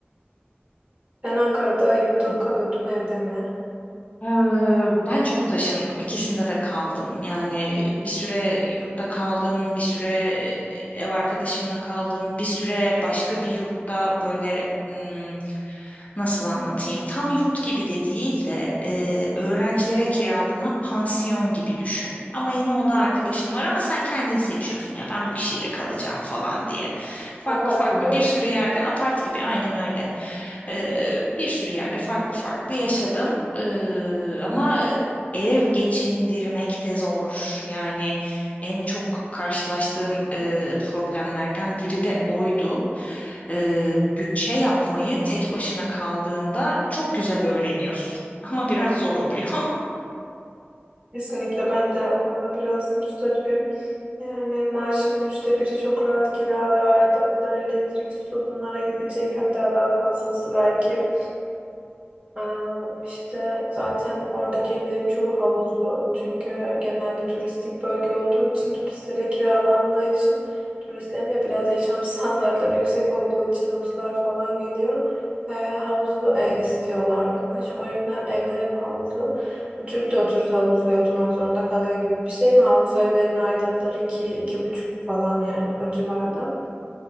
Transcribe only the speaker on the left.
Eee, ben çok taşındım. İkisinde de kaldım. Yani bir süre yurtta kaldım, bir süre ev arkadaşımla kaldım, bir süre başka bir yurtta böyle ım, nasıl anlatayım? Tam yurt gibi de değil de eee, öğrencilere kiralanan pansiyon gibi düşün. Ama yine o
da arkadaşın var ama sen kendin seçiyorsun ya ben bu kişiyle kalacağım falan diye. Farklı
farklı
bir sürü yerde apart gibi aynen öyle. Ee, bir sürü yerde farklı farklı yaşadım. Ee, ama ev geçindirmek de zor. Yani en çok karşılaştığım e, problemlerden biri de oydu. Ee, bütçe yapmayı tek başına kaldığında çok güzel öğreniyorsun. <laughs> Ama biraz zor oluyor.